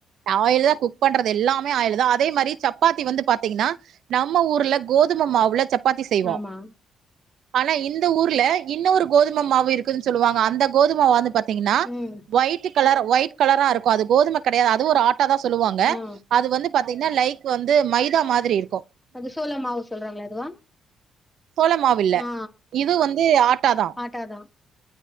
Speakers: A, on the right; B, in the centre.
A: ஆயில் தா குக் பண்றது எல்லாமே ஆயில் தா அதே மாரி சப்பாத்தி வந்து பாத்தீங்கன்னா நம்ம ஊர்ல கோதும மாவுல சப்பாத்தி செய்வோ
B: ஆமா
A: ஆனா இந்த ஊர்ல இன்னொரு கோதும மாவு இருக்குன்னு சொல்லுவாங்க அந்த கோதுமாவ பாத்தீங்கன்னா
B: ம்
A: ஒயிட் கலர் ஒயிட் கலரா இருக்கு அது கோதும கெடையாது அது ஒரு ஆட்ட டாதா சொல்லுவாங்க
B: ஆ
A: அது வந்து பாத்தீங்கன்னா லைக் வந்து மைதா மாதிரி இருக்கு
B: அது சோள மாவு சொல்றாங்களா அதுவா
A: சோள மாவுல்ல
B: ஆ
A: இது வந்து ஆட்டாதா
B: ஆட்டாதா